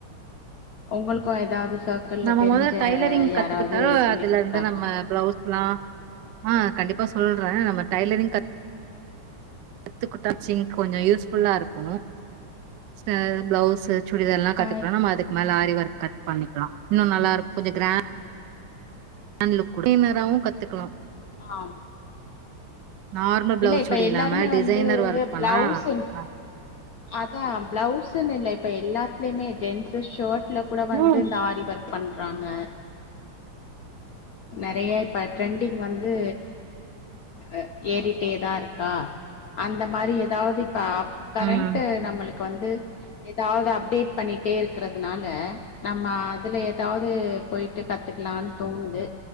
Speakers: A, on the left (about 80°); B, on the right (about 70°).
A: உங்களுக்கு எதாவ்து சர்க்கிள்ல
B: நம்ம
A: தெரிஞ்ச
B: மொதல்ல டைலரிங் கத்துக்கிட்டா,
A: யாராவ்து சொல்லி
B: அதுலருந்து
A: குடுக்றாங்ளா
B: நம்ம <unintelligible> ஆ கண்டிப்பா சொல்றே நம்ம டெய்லரிங் கத் த்துக்குட்டாச்சிங் கொஞ்சோ யூஸ் ஃபுல்லாருக்கு ச பிளவுஸு சுடிதார்லா கத்துக்லா
A: ஆ
B: நம்ம அதுக்கு மேல ஆரி ஒர்க் கட் பண்ணிக்லா இன்னு நல்லாருக்கு கொஞ்சோ கிரா ன்ட் லுக் குடு டினராவு கத்துக்லா
A: ஆம்
B: நார்மல் பிளவுஸ்
A: இப்ப
B: சுடி இல்லாம
A: எல்லாருமே
B: டிசைனர்
A: வந்து
B: ஒர்க் பண்ணா
A: பிளவுஸ்
B: அ
A: அதா பிளவுஸுனில்ல இப்ப எல்லாத்லமே ஜென்ஸூ ஷர்ட்ல கூட வந்து
B: ம்
A: இந்த ஆரி வொர் பண்றாங்க நறைய இப்ப ட்ரெண்டிங் வந் து அ ஏறிட்டே தா இருக்கா அந்த மாரி எதாவ்து இப்ப அப் கரன்ட்
B: ம்
A: நம்மளுக்கு வந்து எதாவ்து அப்டேட் பண்ணிட்டே இருக்றதுனால நம்ம அதுல எதாவ்து போய்ட்டு கத்துக்லான் தோணுது